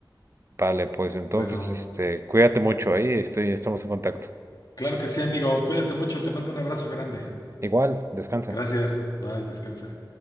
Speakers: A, on the right (about 35°); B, on the left (about 55°).
A: Vale, pues entonces,
B: Bueno,
A: este, cuídate mucho ahí, estoy, estamos en contacto.
B: claro que sí, amigo. Cuídate mucho. Te mando un abrazo grande.
A: Igual, descansa.
B: Gracias. Bye, descansa.